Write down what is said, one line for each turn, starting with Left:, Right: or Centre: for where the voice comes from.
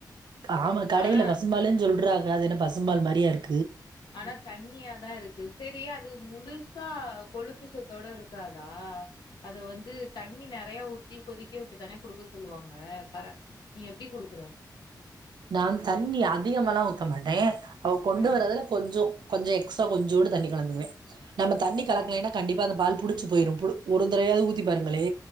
Right: காம கடையில
Left: ஆனா
Right: பசும்பால் சொல்றாங்க அது என்ன பசும்ம்பால் மாரியா இருக்
Left: ஆனா தண்ணியாதான் இருக்கு சரியாய் அது முழுசா கொழுப்பு சத்தோட இருக்காதா அத வந்து தண்ணி நெறைய ஊத்தி கொதிக்க விட்டுதானே குடுக்க சொல்லுவாங்க பற நீ எப்படி குடுக்குற
Right: நான் தண்ணி அதிகமல்லாம் ஊத்த மாட்டேன் அவ கொண்டு
Left: ம்
Right: வரறதுல கொஞ்சம் கொஞ்சம் எக்ஸ்ட்ரா கொஞ்சோடு தண்ணி கலந்துங்கவேன் நம்ம தண்ணி கலக்கலன்னா
Left: ம்
Right: கண்டிப்ப அந்த பால் புடிச்சு போயிரும் பு ஒரு தடவையாவது ஊத்தி பாருங்களே